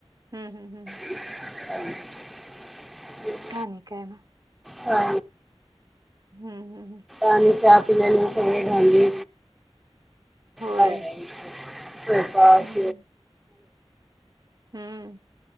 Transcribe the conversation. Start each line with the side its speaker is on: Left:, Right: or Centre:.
Right: हम्म हम् हम्
Centre: <unintelligible>
Right: आणि काय मग
Centre: हा
Right: हम्म हम् हम
Centre: आणि चहा पिल्याला सगळं भांडी
Right: होय
Centre: आवरायचं स्वयंपाक
Right: हम्म हम्म